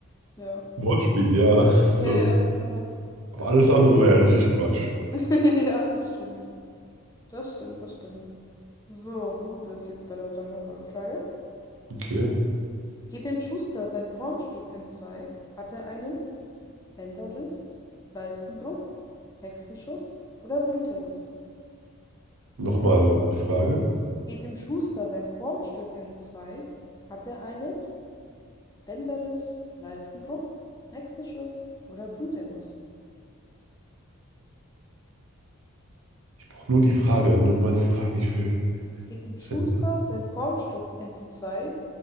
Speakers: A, on the left; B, on the right.
A: ja.
B: <laughs> Wortspiel, ja.
A: Ja,
B: So,
A: ja,
B: das,
A: total.
B: aber alles andere war ja richtig Quatsch.
A: <laughs> Ja, das stimmt. Das stimmt, das stimmt. So, du bist jetzt bei der dreihundert euro frage
B: Okay.
A: Geht dem Schuster sein Formstück in zwei? Hat er einen Bänderriss, Leistenbruch, Hexenschuss oder Bluterguss?
B: Nochmal eine Frage.
A: Geht dem Schuster sein Formstück in zwei? Hat er einen Bänderriss, Leistenbruch, Hexenschuss oder Bluterguss.
B: Ich brauche nur die Frage. Nochmal die Frage. Ich will.
A: Geht dem Schuster
B: Ist das ein
A: sein Formstück entzwei,